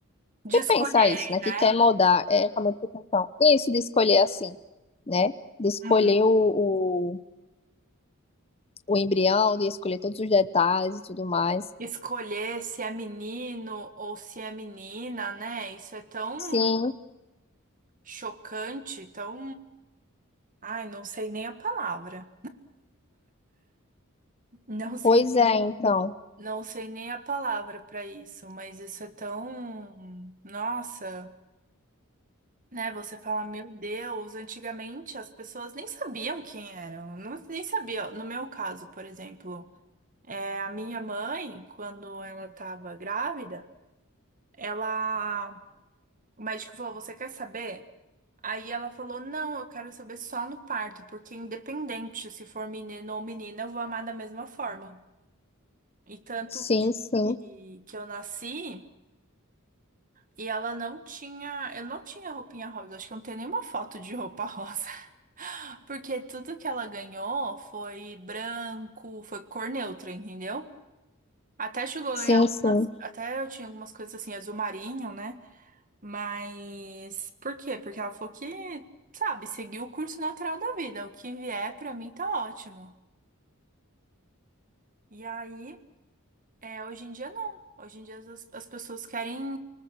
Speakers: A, on the right; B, on the left.
A: De
B: que
A: escolherem,
B: pensa isso, né,
A: né?
B: que quer mudar é a modificação. Isso de escolher assim, né? De escolher
A: Uhum.
B: o, o, o embrião, de escolher todos os detalhes e tudo mais.
A: Escolher se é menino ou se é menina, né? Isso é tão
B: Sim,
A: chocante, tão. Ai, não sei nem a palavra. Não sei,
B: Pois é, então.
A: não sei nem a palavra para isso, mas isso é tão. Nossa, né? Você fala, meu Deus, antigamente as pessoas nem sabiam quem eram, não, nem sabiam. No meu caso, por exemplo, é, a minha mãe, quando ela estava grávida, ela O médico falou: Você quer saber? Aí ela falou: Não, eu quero saber só no parto, porque independente se for menino ou menina, eu vou amar da mesma forma. E tanto
B: Sim,
A: que,
B: sim,
A: que eu nasci. E ela não tinha, eu não tinha roupinha rosa, acho que eu não tenho nenhuma foto de roupa rosa, <laughs> porque tudo que ela ganhou foi branco, foi cor neutra, entendeu? Até chegou a
B: sim,
A: ganhar algumas,
B: sim.
A: até eu tinha algumas coisas assim, azul marinho, né? Mas por quê? Porque ela falou que, sabe, seguiu o curso natural da vida. O que vier pra mim tá ótimo. E aí, é, hoje em dia não. Hoje em dia as, as pessoas querem,